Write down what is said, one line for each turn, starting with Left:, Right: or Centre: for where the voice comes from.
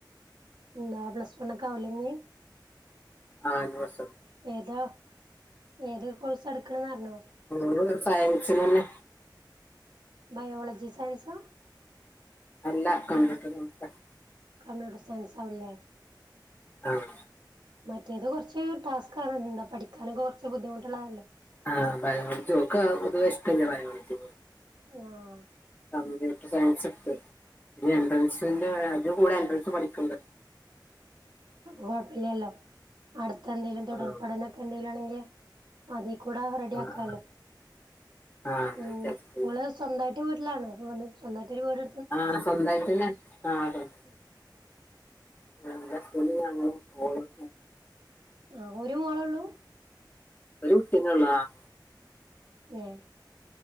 Right: എന്താ പ്ലസ് വൺക്ക് ആകൂല്ലേ ഇഞ്ഞ്
Left: ആഹ് ഇഞ് പ്ലസ് വൺക്ക്
Right: ഏതോ ഏത് കോഴ്സ് എടുക്കണന്ന് പറഞ്ഞോ
Left: ഓള് സയൻസിന് തന്നെ
Right: ബയോളജി സയൻസ്സാ
Left: അല്ല കമ്പ്യൂട്ടർ സയൻസ്
Right: കമ്പ്യൂട്ടർ സയൻസ് ആവുംല്ലേ
Left: ആഹ്
Right: മറ്റേത് കുറച്ച് ടാസ്ക് ആണ് എന്താ പഠിക്കാനൊക്കെ കുറച്ച് ബുദ്ധിമുട്ടുള്ളതല്ലേ
Left: ആ ബയോളജി ഒൾക്ക് പെതുവെ ഇഷ്ടല്ല ബയോളജി
Right: ആഹ്
Left: കമ്പ്യൂട്ടർ സയൻസ് എടുത്ത് പിന്നെ എൻട്രൻസിന്റെ അതി കൂടെ എൻട്രൻസ് പഠിക്കണ്ട്
Right: അപ്പൊ കൊഴപ്പില്ലല്ലോ അടുത്ത എന്തെലും
Left: ആഹ്
Right: തുടർ പടനൊക്കെ എന്തെേലും ആണെക്കിൽ അത കൂടെ റെഡി
Left: ആഹ്
Right: ആക്കാലോ
Left: ആഹ് ആഹ് അതാ
Right: ഉം
Left: വിചാരിച്ചത്
Right: ഇങ്ങള് സ്വന്തമായിട്ട് വീട്ടിലാണ് സ്വന്തമായിട്ട് വീട്
Left: ആ സ്വന്തമായിട്ടന്നെ ആഹ്
Right: ഉം
Left: ആഹ് ഹസ്ബൻഡ് ഞാനും മോളും
Right: ആ ഒരു മോള് ഒള്ളു
Left: ഒരു കുട്ടിന്നെ ഒള്ളു. ആഹ്
Right: ഏഹ്